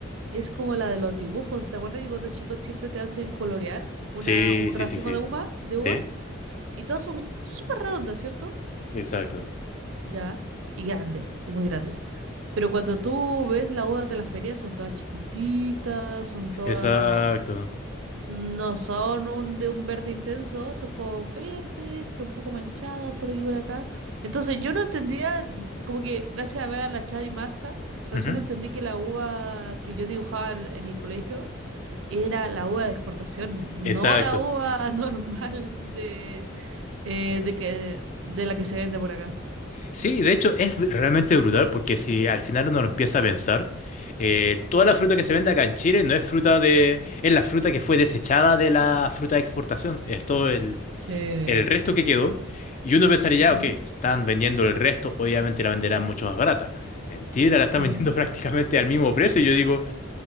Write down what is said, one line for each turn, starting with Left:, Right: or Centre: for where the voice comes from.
Right: es como la de los dibujos. ¿Te acuerdas que cuando chicos siempre te hacen colorear una,
Left: Sí,
Right: un
Left: sí,
Right: racimo
Left: sí, sí.
Right: de uva, de uvas?
Left: Sí,
Right: Y todas son súper redondas, ¿cierto?
Left: exacto.
Right: ya, y grandes, y muy grandes. Pero cuando tú ves las uvas de la feria, son todas chiquititas, son todas...
Left: Exacto.
Right: No son un, de un verde intenso, son como verde, pero un poco manchada por aquí y por acá. Entonces yo no entendía, como que gracias a ver a la Chadi Masca, recién
Left: Ujú.
Right: entendí que la uva que yo dibujaba en en el colegio era la uva de exportación,
Left: Exacto.
Right: no la uva <laughs> normal de, eh, de que, de la que se vende por acá.
Left: Sí, de hecho es realmente brutal porque si al final uno lo empieza a pensar, eh, toda la fruta que se vende acá en Chile no es fruta de... es la fruta que fue desechada de la fruta de exportación. Es todo el,
Right: Sí.
Left: el resto que quedó. Y uno pensaría,
Right: Ujú,
Left: ya, ok, están vendiendo el resto, obviamente la venderán mucho más barata. Mentira, la están
Right: ujú.
Left: <laughs> vendiendo prácticamente al mismo precio. Y yo digo,